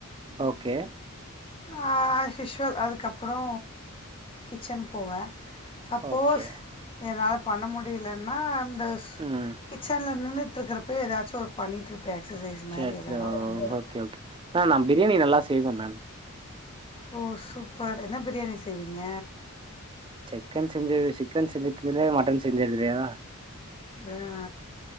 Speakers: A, on the right (about 25°); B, on the left (about 25°).
A: ஓகே
B: ஆ அஷ்யுஷ்வல் அதுக்கப்புறோ கிச்சன் போவே சப்போஸ்
A: ஓகே
B: என்னால பண்ண முடிலன்னா அந்த
A: ம்
B: கிச்சன்ல நின்னுட்ருக்குறப்பே எதாச்சு ஒரு பண்ணிட்ருப்பே எக்ஸசைஸ் மாதிரி
A: சேர்
B: எதனா
A: சேர் ஓ
B: பண்ணுவேன்
A: ஓகே ஓகே மே நா பிரியாணி நல்லா செய்வே மேம்
B: ஓ சூப்பர் என்ன பிரியாணி செய்வீங்க?
A: சிக்கன் செஞ்ச சிக்கன் செஞ்சுக்குறே மட்டன் செஞ்ச தெரியாதா
B: ஆ